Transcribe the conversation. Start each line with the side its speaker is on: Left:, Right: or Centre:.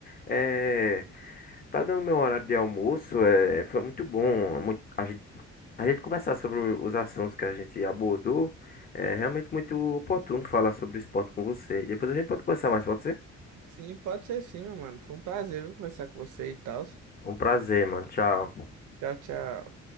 Left: é. Tá dando meu horário de almoço, é, foi muito bom. Muito, a gente, a gente conversar sobre os assuntos que a gente abordou. É realmente muito oportuno falar sobre esporte com você. Depois a gente pode conversar mais, pode ser?
Right: Sim, pode ser sim, meu mano. Foi um prazer, viu, conversar com você e tal.
Left: Um prazer, mano. Tchau.
Right: Tchau, tchau.